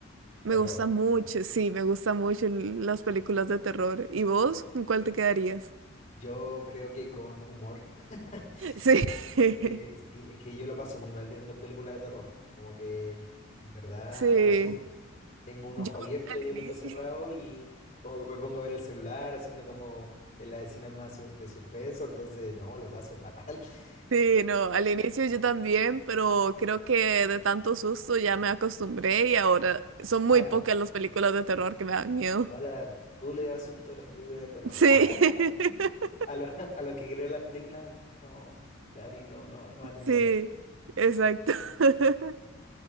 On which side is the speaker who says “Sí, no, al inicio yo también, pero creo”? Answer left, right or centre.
Right